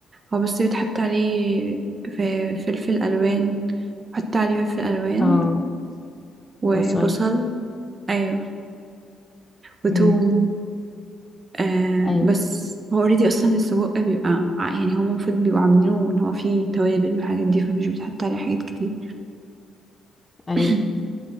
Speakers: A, on the right (about 35°); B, on the left (about 20°).
A: هو بس بيتحط عليه في فلفل الوان حط عليه فلفل الوان
B: اه
A: وبصل
B: بصل
A: ايوه وتوم
B: امم
A: آه
B: أيوة
A: بس هو اوريدي اصلا السجق بيبقى ع- يعني هو المفروض بيبقوا عاملينه ان هو فيه توابل والحاجات دي فمش بيتحط عليه حاجات كتير
B: أيوة
A: <coughs>